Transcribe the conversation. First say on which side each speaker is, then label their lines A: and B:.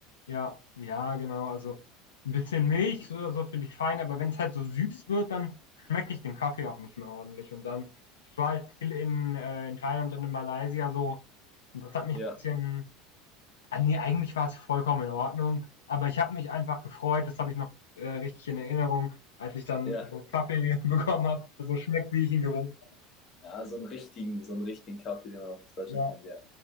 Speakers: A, on the left; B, on the left.
A: Ja, ja, genau. Also, ein bisschen Milch, so so finde ich fein, aber wenn's halt so süß wird, dann schmecke ich den Kaffee auch nicht mehr ordentlich. Und dann ich war halt viel in, äh in Thailand und in Malaysia so und das hat mich
B: Ja,
A: ein bisschen Ah, ne, eigentlich war es vollkommen in Ordnung, aber ich habe mich einfach gefreut. Das habe ich noch, äh, richtig in Erinnerung, als ich dann
B: ja,
A: so Kaffee <laughs> bekommen habe, der so schmeckt, wie ich ihn gewohnt. habe.
B: ja, so einen richtigen, so einen richtigen Kaffee, den man auch aus Deutschland
A: Ja,
B: kennt, ja.